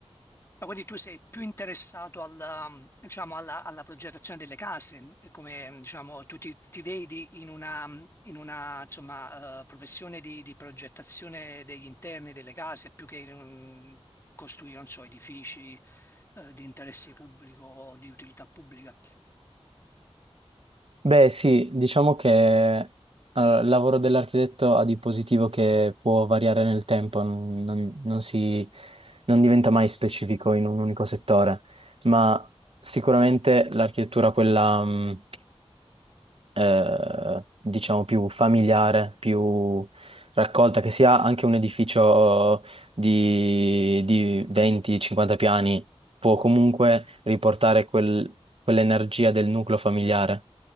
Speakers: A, on the left (about 25°); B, on the right (about 60°).
A: Ma quindi tu sei più interessato alla, diciamo, alla, alla progettazione delle case, e come diciamo, tu ti, ti vedi in una, in una, insomma, eh, professione di, di progettazione degli interni delle case più che in un- costruire, non so, edifici, eh, di interesse pubblico o di utilità pubblica.
B: Beh, sì, diciamo che eh, il lavoro dell'architetto ha di positivo che può variare nel tempo, non, non- non si, non diventa mai specifico in un unico settore, ma sicuramente l'architettura, quella... mh, eh, diciamo più familiare, più raccolta, che sia anche un edificio eh, di, di 20-50 piani, può comunque riportare quel- quell'energia del nucleo familiare.